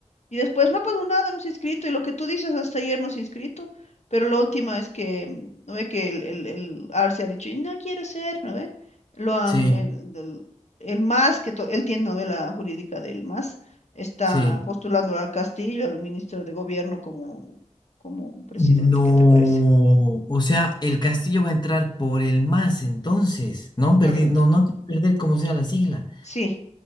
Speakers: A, on the left; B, on the left.
A: Y después no ha pasado nada, no se ha inscrito. Y lo que tú dices hasta ayer no se ha inscrito. Pero la última es que, mm, ¿no ve? Que el, el, el Arce ha dicho, no quiero ser, ¿no ve? Lo han,
B: Sí,
A: Sí. el, el- el MAS, que to- él tiene novela jurídica del MAS, está
B: sí.
A: postulando al Castillo, al ministro de Gobierno, como, como un presidente.
B: No.
A: ¿Qué te parece?
B: O sea, el castillo va a entrar por el más entonces. No perdí,
A: Correcto.
B: no, no perder como sea la sigla.
A: Sí.